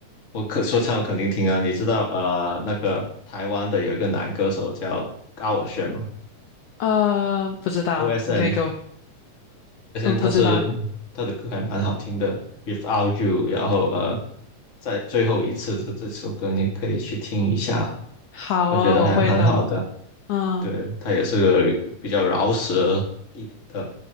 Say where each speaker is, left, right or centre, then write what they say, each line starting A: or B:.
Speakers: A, on the left (about 25°); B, on the left (about 70°).
A: 我可说唱我肯定听啊。你知道呃，那个台湾的有一个男歌手叫高尔宣吗
B: 呃，不知道，
A: ？OSN，OSN
B: 你可以给我，嗯，
A: 他是
B: 不知道。
A: 他的歌还蛮好听的，Without You，然后呃，在最后一次这这首歌你可以去听一下，
B: 好啊，
A: 我觉得还蛮好的。
B: 我会的。嗯
A: 对，他也是个比较饶舌一点的，